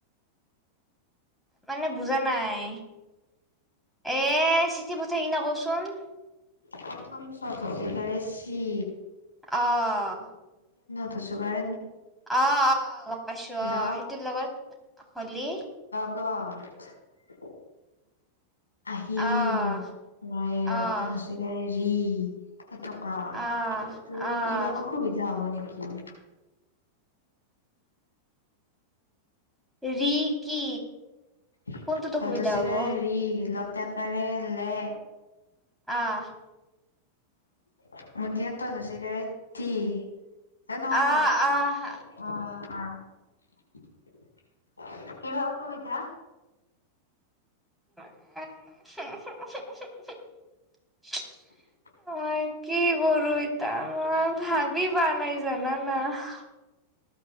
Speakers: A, in the centre; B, on the left.
A: <unintelligible> মানে বুজা নাই এ চিঠি পথাই কিনে <unintelligible> ক চোন <unintelligible>
B: <unintelligible> প্ৰথম চত সচ‌ই কাৰে চি
A: আহ <unintelligible>
B: <unintelligible> চুবাৰ
A: <unintelligible> আহ আহ গম পাইছো আহ
B: ৰ
A: সেইটো লগত হলি
B: <unintelligible> ঘঠ আহিলিও
A: অ',
B: মই ৰত
A: অ',
B: হচ‌ই কাৰে ৰি <unintelligible> <unintelligible> সেইটো কাৰত
A: অ',
B: তোৰ
A: অ',
B: কিবা অসুবিধা হ'ব নেকি
A: <unintelligible> ৰি কি
B: <unintelligible>
A: কোনটোত অসুবিধা
B: ৰতচিকাৰে
A: হ'ব
B: ৰি লে
A: আহ <unintelligible>
B: <unintelligible> মধহাত থছে গতি <unintelligible> <unintelligible> এ নহয়
A: আহ
B: নহয়
A: আহ
B: আহ আহ <unintelligible> কিবা অসুবিধা
A: <unintelligible> <inaudible>
B: <inaudible>
A: <unintelligible> মই কি কৰো ইতা মই ভাবি পোৱা নাই জানানা <unintelligible>